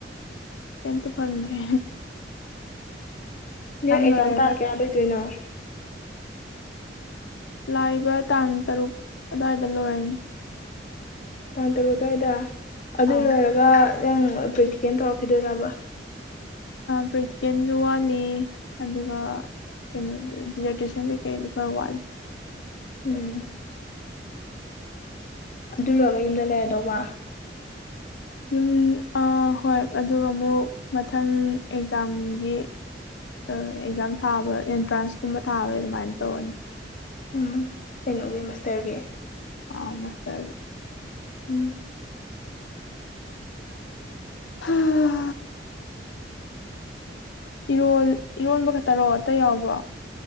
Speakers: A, on the left; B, on the left.
A: ꯇꯇ ꯐꯜꯗ꯭ꯔꯦ
B: ꯅꯣꯏ ꯑꯦꯛꯖꯥꯝ
A: ꯂꯣꯏꯔꯒ
B: ꯇꯥ ꯀꯦꯌꯥꯗꯣꯏꯗꯣꯏꯅꯣ
A: ꯂꯥꯛꯏꯕ ꯇꯥꯡ ꯇꯔꯨꯛ ꯑꯗꯨꯋꯥꯏꯗ ꯂꯣꯏꯔꯅꯤ
B: ꯇꯥꯡ ꯇꯔꯨꯛ ꯑꯗꯨ꯭ꯋꯥꯏꯗ ꯑꯗꯨ
A: ꯑꯥ
B: ꯂꯣꯏꯔꯒ ꯅꯪ ꯄ꯭ꯔꯦꯛꯇꯤꯀꯦꯜ ꯇꯧꯔꯛꯈꯤꯗꯣꯏꯔꯕ
A: ꯕ꯭ꯔꯤꯠꯀꯦꯟꯁꯨ ꯋꯥꯠꯂꯤ ꯑꯗꯨꯒ ꯀꯩꯅꯣꯁꯦ ꯗꯤꯖꯔꯇꯦꯁꯟ ꯀꯩꯀꯩꯁꯨꯣ ꯈꯔ ꯋꯥꯠꯂꯤꯦ
B: ꯎꯝ ꯑꯗꯨ ꯂꯣꯏꯔꯒ ꯌꯨꯝꯗ ꯂꯩꯔꯗꯧꯕ
A: ꯌꯨꯝ ꯍꯣꯏ ꯑꯗꯨꯒ ꯑꯃꯨꯛ ꯃꯊꯪ ꯑꯦꯛꯖꯥꯝꯒꯤ ꯑꯦꯛꯖꯥꯝ ꯊꯥꯕ ꯑꯦꯟꯇ꯭ꯔꯥꯟꯁꯀꯨꯝꯕ ꯊꯥꯕ ꯑꯗꯨꯃꯥꯏꯅ ꯇꯧꯔꯅꯤ
B: ꯎꯝ ꯀꯩꯅꯣꯒꯤ ꯃꯁꯇꯔꯒꯤ
A: ꯑ ꯃꯁ ꯍꯥꯏꯦ
B: ꯎꯝ
A: ꯍ ꯏꯔꯣ ꯏꯔꯣꯟꯕ ꯈꯛꯇꯔꯣ ꯑꯇ ꯌꯥꯎꯕ꯭ꯔꯣ